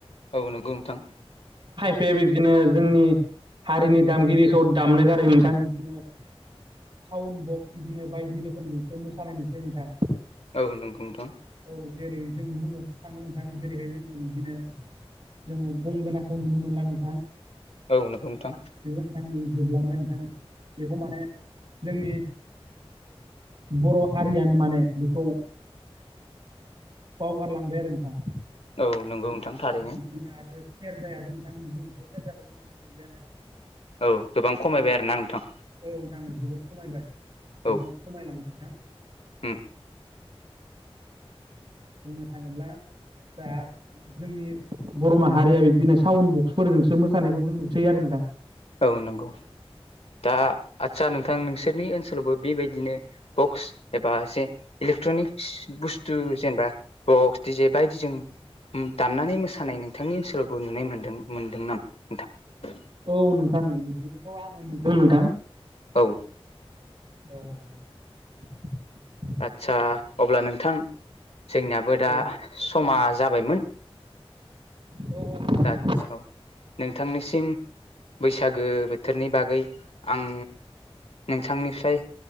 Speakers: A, on the left (about 80°); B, on the right (about 50°).
A: औ नोंगौ नोंथां
B: बे बिब्दिनो जोंनि हारिनि दामगिरिखौ दामनो गारै नोंथां बिब्दिनो साउन बक्स बिदिनो बायदि रोखोमजोंसो मोसानाय नुसै नोंथां
A: औ नंगौ नोंथां
B: औ जेरै जों बुङो थाङो नों थाङ जेरैहाय जोङो बिदिनो जोङो गल गंगोनाखौ नुनो मोनला नों
A: औ नों नोंथां
B: नोंथां जोबलांबाय नोंथां बेखौ माने जोंनि बर' हारियानो माने बेखौ बावगारलांबाय आरो नोंथां
A: औ नंगौ नोंथां थारैनो
B: औ बिब्दिनो आरो सेरजायाबो नोंथां जोंखौ सेरजाखौबो नुनो मोनैया नोंथां
A: औ गोबां खमायबाय आरोना नोंथां
B: औ नोंथां जोबोद खमायबाय गोबां
A: औ
B: खमायलांबाय नोंथां
A: उम
B: बुंनो थांङोब्ला दा जोंनि बर' माहारिया बिदिनो साउन बक्सफोरजोंसो मोसानायखौ जों नुसैयो आरो नोंथां
A: औ नंगौ दा आतसा नोंथां नोंसोरनि ओनसोलावबो बेबायदिनो बक्स एबा एसे इलेक्ट्रनिक्स बुस्थु जेनेबा बक्स दिजे बायदिजों दाननानै मोसानाय नोंथांनि ओनसोलावबो नुनाय मोनदों मोनदों नामा नोंथांङा
B: औ नोंथां बिदिखौथ' आंङो नुदों नोंथां
A: औ
B: औ - औ
A: आदसा अब्ला नोंथां जोंनियाबो दा
B: नोंथां
A: समाज जाबायमोन
B: औ नोंथां
A: दा औ नोंथांनिसिम बैसागो बोथोरनि बागै आं नोंथांनि आफ्राय